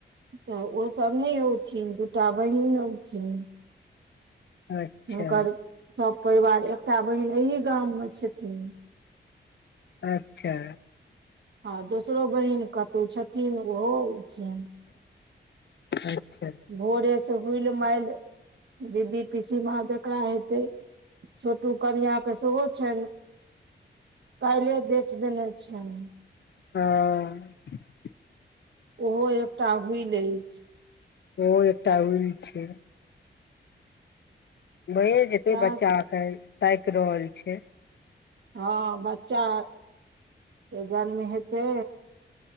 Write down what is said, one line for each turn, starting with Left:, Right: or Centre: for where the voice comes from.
Right: तऽ ओ सभ नै औथिन दूटा बहीन औथिन।
Left: अच्छा
Right: हुनकर सब परिवार एकटा बहीन एहि गाम में छथीन।
Left: अच्छा।
Right: आ दोसरो बहीन कतहु छथिन ओहो औथिन।
Left: <inaudible>
Right: भोरे से हुलि मालि दीदी पिसीमाँ <unintelligible> ते छोटू कनियाँक सेहो छनि। काइले डेट देने छैनि।
Left: ह।
Right: ओहो एकटा भुलि अछि।
Left: ओ एकटा <unintelligible> छैय। भए जेतै
Right: सएह
Left: बच्चा कालि ताकि रहल छैय।
Right: हँ बच्चा के जन्म हेतै।